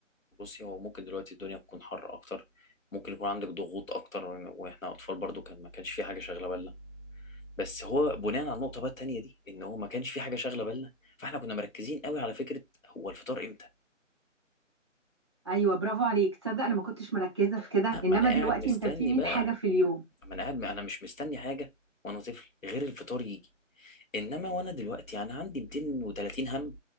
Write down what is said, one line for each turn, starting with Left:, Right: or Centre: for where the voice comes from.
Left: بصي هو ممكن دلوقتي الدنيا تكون حر اكتر ممكن يكون عندك ضغوط اكتر وإن- واحنا اطفال برضو كان ما كانش في حاجه شاغله بالنا بس هو بناء على النقطه بقى التانيه دي ان هو ما كانش في حاجه شاغله بالنا فاحنا كنا مركزين قوي على فكره هو الفطار امتى
Right: ايوه برافو عليك تصدق انا ما كنتش مركزه في كده
Left: لا
Right: انما
Left: ما انا قاعد
Right: دلوقتي
Left: مستني
Right: انت في 100
Left: بقى
Right: حاجه في اليوم
Left: ما انا قاعد انا مش مستني حاجه وانا طفل غير الفطار يجي انما وانا دلوقتي انا عندي 230 هم